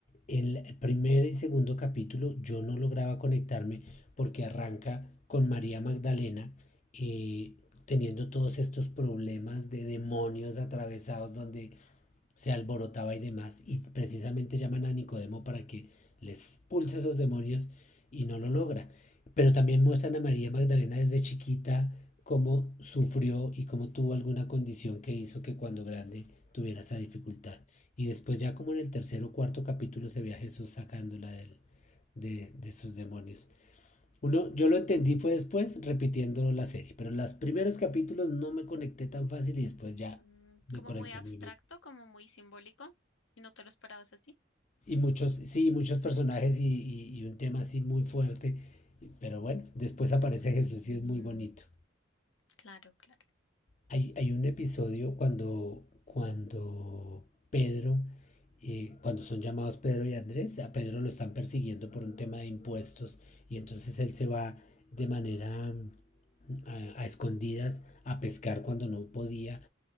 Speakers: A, on the left; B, on the left.
A: en el primer y segundo capítulo yo no lograba conectarme porque arranca con María Magdalena eh, teniendo todos estos problemas de demonios atravesados donde se alborotaba y demás, y precisamente llaman a Nicodemo para que les expulse esos demonios y no lo logra. Pero también muestran a María Magdalena desde chiquita cómo sufrió y cómo tuvo alguna condición que hizo que cuando grande tuviera esa dificultad. Y después ya como en el tercer o cuarto capítulo se ve a Jesús sacándola del, de, de sus demonios. Uno, yo lo entendí fue después repitiendo la serie, pero en los primeros capítulos no me conecté tan fácil y después
B: Mm,
A: ya me
B: como
A: conecté
B: muy abstracto,
A: muy bien.
B: como muy simbólico, y no te lo esperabas así.
A: Y muchos, sí, muchos personajes y, y- y un tema así muy fuerte. Pero bueno, después aparece
B: Mm,
A: Jesús y es muy bonito.
B: claro, claro.
A: Hay, hay un episodio cuando, cuando Pedro, eh, cuando son llamados Pedro y Andrés, a Pedro lo están persiguiendo por un tema de impuestos y entonces él se va de manera mm, a, a escondidas a pescar cuando no podía